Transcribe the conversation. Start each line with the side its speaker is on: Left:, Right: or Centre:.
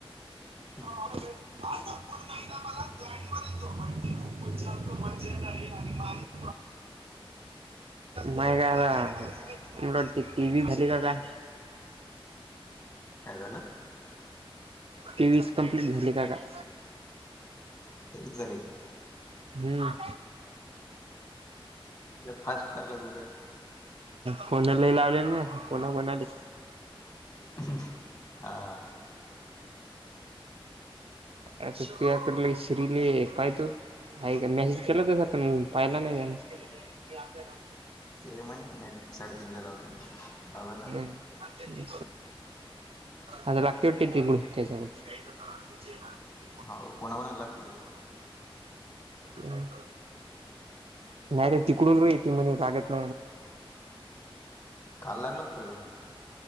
Left: हं.
Right: <unintelligible> पण नाही मला गाणी म ज <unintelligible> माय काय आता मला तेवीस झाली का काय?
Left: काय झालं?
Right: तेवीस कंप्लीट झाली का काय?
Left: तेवीस झाले का?
Right: हम.
Left: फास्ट चाललत उद्या.
Right: फोन लय लावले ना कोणा कोणाले?
Left: हां.
Right: आता तू याकडला श्रीले पाहितो हाय का मेसेज केला तस आपण पाहिला नाही त्यान आपल्याला
Left: ते म्हणे नेट साईड दिनलेला होतो जाला ना अजून
Right: हम्म आता बाकी वाटते त गुड त्याचा गत <unintelligible>
Left: हो कोणा कोणाला लागते त्यात
Right: नाही. नाहीरे तिकडून रे ते मला लागत
Left: काल लागलं होत ना.